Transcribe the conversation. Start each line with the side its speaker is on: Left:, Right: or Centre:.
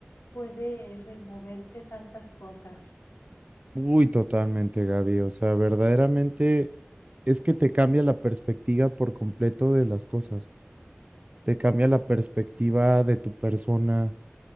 Left: puede removerte tantas cosas.
Right: Uy, totalmente, Gaby. O sea, verdaderamente es que te cambia la perspectiva por completo de las cosas. Te cambia la perspectiva de tu persona,